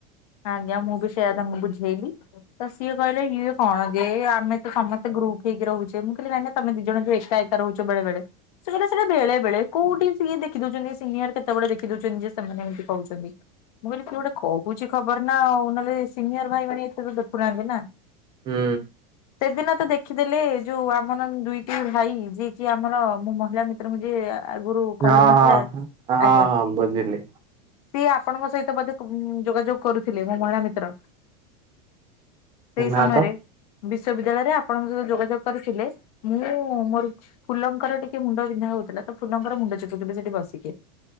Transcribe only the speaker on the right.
ହୁଁ।
ହଁ ହଁ ହଁ
ହଁ ବୁଝିଲି
ନା
ତ।